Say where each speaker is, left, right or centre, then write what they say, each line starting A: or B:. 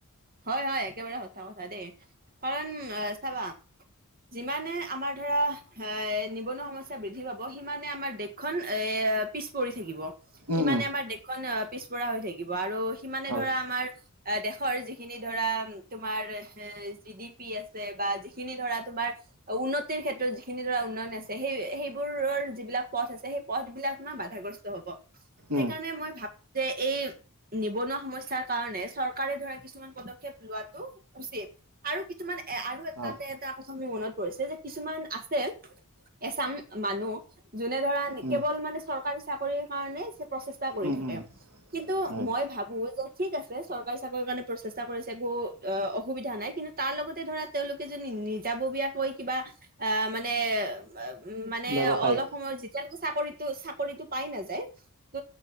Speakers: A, on the right; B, on the right.
A: হয় হয়, একেবাৰে সচা কথা দেই, কাৰণ চাবা যিমানে আমাৰ ধৰা এ নিবনুৱা সমস্যা বৃদ্ধি পাব, সিমানে আমাৰ দেশ খন এ পিছ পৰি থাকিব।
B: উম
A: সিমানে
B: উম
A: আমাৰ দেশখন পিছপৰা হৈ থাকিব, আৰু সিমানে
B: হয়
A: ধৰা আমাৰ দেশৰ যি যিখিনি ধৰা তোমাৰ এ জি, ডি, পি আছে বা যিখিনি ধৰা তোমাৰ উন্নতিৰ ক্ষেত্ৰত যিখিনি ধৰা উন্নয়ন আছে, সেই সেইবোৰৰ যিবিলাক পথ আছে সেই পথ বিলাক ন বাধাগ্ৰস্ত হ'ব। সেইকাৰণে
B: উম
A: মই ভাবোঁ যে, এই নিবনুৱা সমস্যা কাৰণে চৰকাৰে ধৰা কিছুমান পদক্ষেপ লোৱাটো উচিত, আৰু কিছুমান এ আৰু
B: হয়
A: তাতে তাৰপাছত মোৰ মনত পৰিছে, যে কিছুমান আছে এচাম মানুহ যোনে ধৰা
B: উম
A: কেৱল মানে চৰকাৰী চাকৰিৰ কাৰণে প্ৰচেষ্টা কৰি
B: উম
A: থাকে,
B: উম
A: কিন্তু
B: হয়
A: মই ভাবোঁ যে ঠিক আছে চৰকাৰী চাকৰি কাৰণে প্ৰচে চেষ্টা কৰিছে একো অ' অসুবিধা নাই, কিন্তু তাৰ লগতে ধৰা তেওঁলোকে যদি নিজাববীয়াকৈ কিবা আ মানে উম' মানে
B: ব্যৱসায়
A: অলপ সময়ত যেতিয়ালৈকে চাকৰিতো চাকৰিতটো পাই নাযায় ত